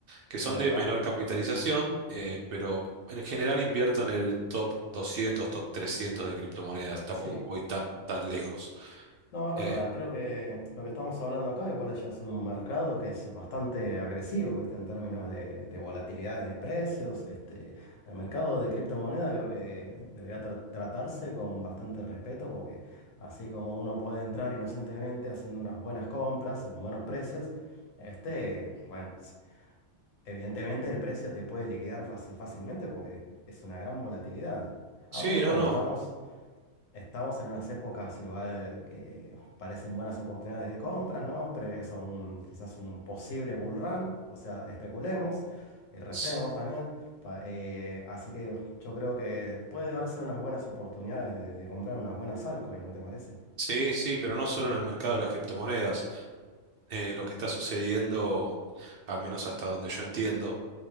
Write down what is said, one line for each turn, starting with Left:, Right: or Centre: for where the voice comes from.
Right: que son
Left: es verdad.
Right: de menor capitalización, eh, pero en general invierto en el top 200, top 300 de criptomonedas. Tampoco
Left: Sí.
Right: voy tan, tan lejos.
Left: No, es verdad,
Right: Eh,
Left: creo que lo que estamos hablando acá igual ya es un mercado que es bastante agresivo, ¿viste? En términos de, de volatilidades de precios, este, el mercado de criptomoneda creo que debería tra- tratarse con bastante respeto porque así como uno puede entrar inocentemente haciendo unas buenas compras, buenos precios, este, bueno, s- evidentemente el precio te puede liquidar fácil, fácilmente porque es una gran volatilidad. Aunque
Right: sí,
Left: bueno,
Right: no, no.
Left: estamos Estamos en unas épocas igual que parecen buenas oportunidades de compras, ¿no? Previas a un quizás un posible bull run, o sea, especulemos y recemos
Right: s-
Left: también. pa- eh, así que yo creo que puede darse unas buenas oportunidades de, de comprar unas buenas altcoins, ¿no te parece?
Right: Sí, sí, pero no solo en el mercado de las criptomonedas. Eh, lo que está sucediendo, al menos hasta donde yo entiendo,